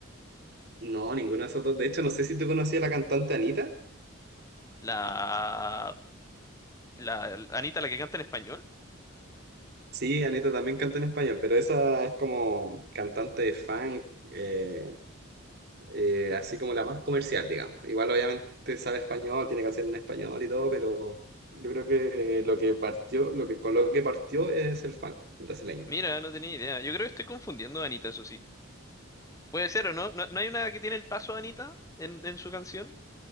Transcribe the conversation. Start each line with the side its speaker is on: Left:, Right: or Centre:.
Right: No, ninguno de esos dos. De hecho, no sé si tú conocías a la cantante Anita.
Left: La... La Anita, la que canta en español.
Right: Sí, Anita también canta en español, pero esa es como cantante de funk, eh, eh, así como la más comercial, digamos. Igual obviamente sabe español, tiene que hacer en español y todo, pero yo creo que lo que partió, lo que con lo que partió es el funk brasileño.
Left: Mira, no tenía idea. Yo creo que estoy confundiendo a Anita, eso sí. Puede ser o no. ¿No, no hay una que tiene el paso de Anita en, en su canción?